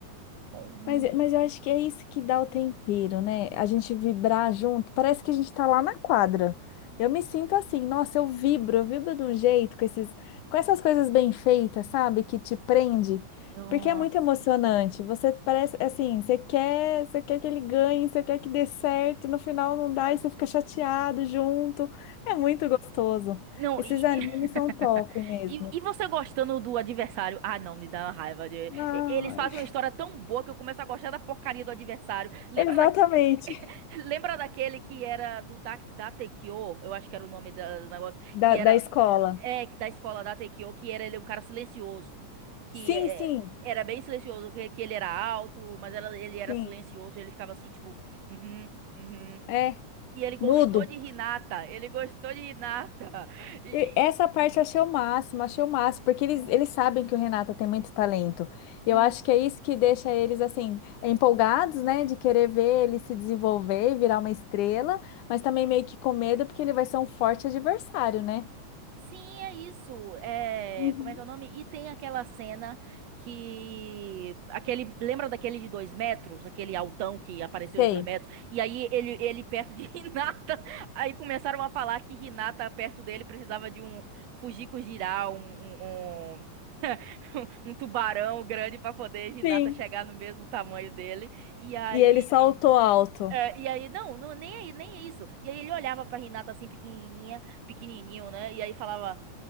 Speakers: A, on the right (about 65°); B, on the left (about 80°).
A: "Poxa,
B: Mas, mas eu acho que é isso que dá o tempero, né? A gente vibrar junto, parece que a gente tá lá na quadra. Eu me sinto assim, nossa, eu vibro, eu vibro de um jeito com esses, com essas coisas bem feitas, sabe? Que te prende,
A: nossa.
B: porque é muito emocionante. Você parece assim, você quer, você quer que ele ganhe, você quer que dê certo, no final não dá e você fica chateado junto. É muito gostoso.
A: Não,
B: Esses
A: e...
B: animes
A: <laughs>
B: são top mesmo.
A: e, e você gostando do adversário? Ah, não, me dá uma raiva. de-
B: Ai.
A: e- Eles fazem uma história tão boa que eu começo a gostar da porcaria do adversário. Lembra
B: Exatamente.
A: da... <laughs> Lembra daquele que era do da... Datekyo? Eu acho que era o nome da- do negócio.
B: Da,
A: Que era
B: da escola.
A: é, da escola da Datekyo, que era ele um cara silencioso. Que
B: Sim,
A: é,
B: sim.
A: era bem silencioso, que, que ele era alto, mas era- ele era
B: Sim.
A: silencioso e ele ficava assim, tipo... Uhum, uhum.
B: É,
A: E ele gostou
B: mudo.
A: de Hinata. Ele gostou de Hinata. E,
B: E
A: e-
B: essa parte eu achei o máximo, achei o máximo, porque eles,
A: Não.
B: eles sabem que o Renato tem muito talento. E
A: Sim.
B: eu acho que é isso que deixa eles, assim, empolgados, né, de querer ver ele se desenvolver e virar uma estrela, mas também meio que com medo, porque ele vai ser um forte adversário, né?
A: Sim, é isso. É,
B: Uhum.
A: como é que é o nome? E tem aquela cena que aquele lembra daquele de dois metros, aquele altão que apareceu
B: Sei.
A: de dois metros. E aí ele ele perto de <laughs> Hinata. Aí começaram a falar que Hinata perto dele precisava de um Fujiko girar um, um, um- <laughs> um tubarão grande para poder Hinata
B: Sim,
A: chegar no mesmo tamanho dele. E aí
B: E ele saltou alto.
A: É, e aí, não, não, nem aí, nem é isso. E aí ele olhava pra Renata assim, pequenininha, pequenininho, né? E aí falava,